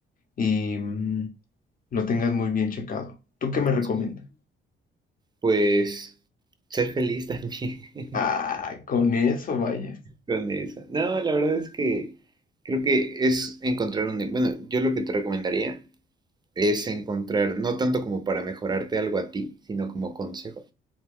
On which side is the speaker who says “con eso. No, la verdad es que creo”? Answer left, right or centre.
Right